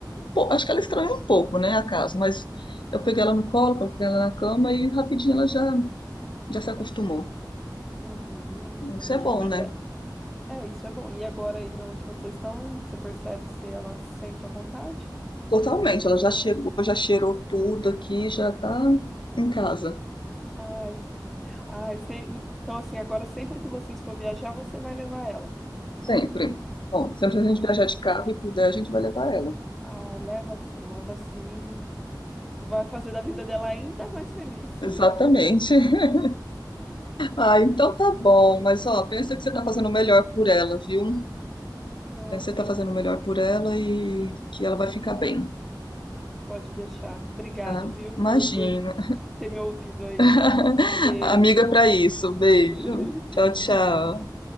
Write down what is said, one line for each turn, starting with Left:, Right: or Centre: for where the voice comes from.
Left: Pô, acho que ela estranhou um pouco, né, a casa, mas eu peguei ela no colo, coloquei ela na cama e rapidinho ela já, já se acostumou.
Centre: Uhum, entendi.
Left: Isso é bom,
Centre: Mas
Left: né?
Centre: é, é, isso é bom. E agora aí na onde vocês estão, você percebe se ela se sente à vontade?
Left: Totalmente, ela já chegou, já cheirou tudo aqui, já tá em casa,
Centre: Ai, s- ai, se- então assim, agora sempre que vocês for viajar, você vai levar ela.
Left: sempre. Bom, sempre que a gente
Centre: Ah,
Left: viajar de carro e puder, a gente vai levar ela.
Centre: ai, leva sim, leva sim. Vai fazer da vida dela ainda mais feliz.
Left: Exatamente. <laughs>
Centre: <laughs>
Left: Ah, então tá bom, mas ó, pensa que você tá fazendo o melhor por ela, viu?
Centre: Não,
Left: Pensa
Centre: sim,
Left: que você tá fazendo
Centre: sim.
Left: o melhor por ela e que ela vai ficar bem,
Centre: Pode deixar. Obrigado,
Left: tá?
Centre: viu, por,
Left: Imagina.
Centre: por ter me ouvido aí.
Left: <laughs>
Centre: Um beijo.
Left: Amiga para isso. Beijo.
Centre: <laughs>
Left: Tchau, tchau.
Centre: Tchau.